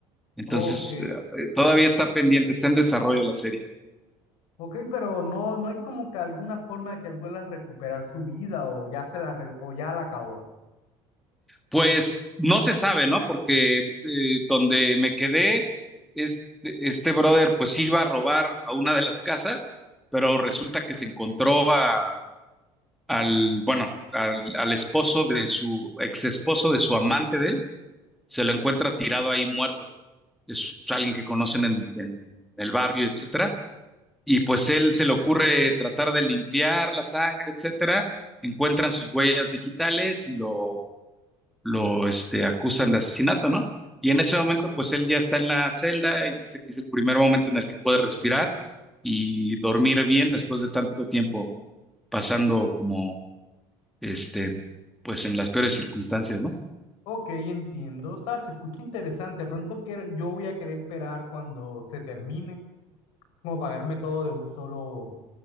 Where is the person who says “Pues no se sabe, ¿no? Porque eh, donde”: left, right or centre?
Centre